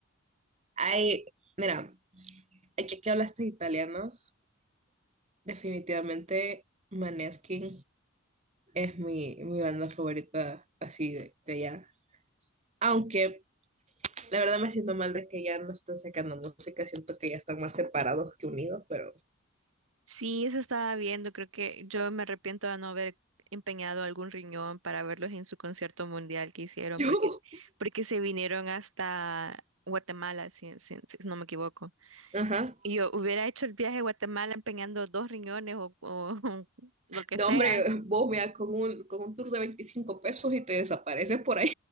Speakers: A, on the right (about 30°); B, on the right (about 75°).
A: hay, mira, aquí que hablaste de italianos. Definitivamente Maneskin es mi, mi banda favorita así de, de allá. Aunque la verdad me siento mal de que ya no están sacando música, siento que ya están más separados que unidos, pero
B: Sí, eso estaba viendo. Creo que yo me arrepiento de no haber empeñado algún riñón para verlos en su concierto mundial que hicieron,
A: <laughs>
B: porque,
A: yo,
B: porque se vinieron hasta Guatemala, si, si- si no me equivoco.
A: ajá.
B: Y yo hubiera hecho el viaje a Guatemala empeñando dos riñones o, o <laughs> lo que
A: No,
B: sea.
A: hombre, vos veas con un, con un tour de 25 pesos y te desapareces por ahí.